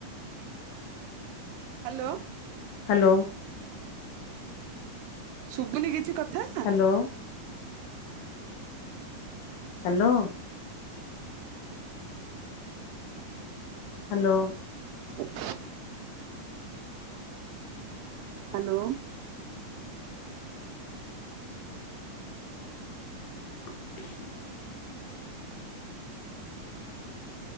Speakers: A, on the right; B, on the left.
A: Hello.
B: Hello.
A: ଶୁଭୁନି କିଛି କଥା
B: ହ୍ୟାଲୋ ହ୍ୟାଲୋ। ହ୍ୟାଲୋ।
A: <inaudible> ହ୍ୟାଲୋ।
B: <inaudible>
A: <inaudible>